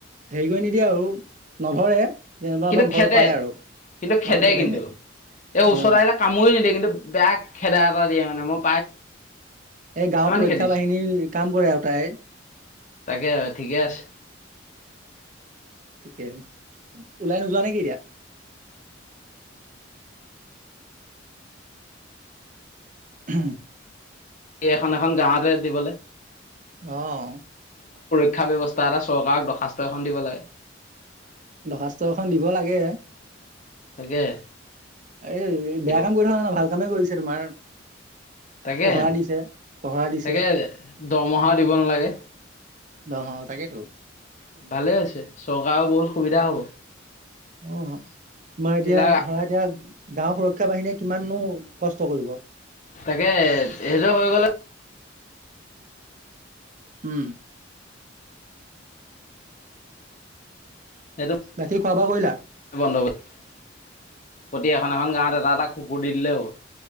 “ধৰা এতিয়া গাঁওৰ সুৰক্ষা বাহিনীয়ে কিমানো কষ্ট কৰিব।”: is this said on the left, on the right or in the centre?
Right